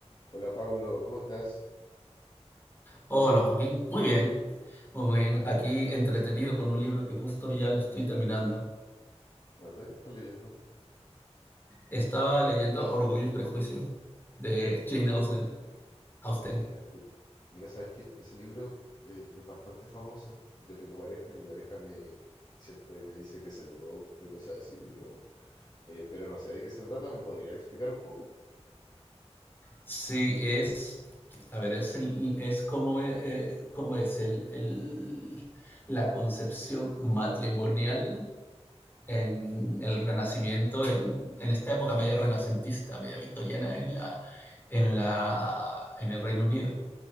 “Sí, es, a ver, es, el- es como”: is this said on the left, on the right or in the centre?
Left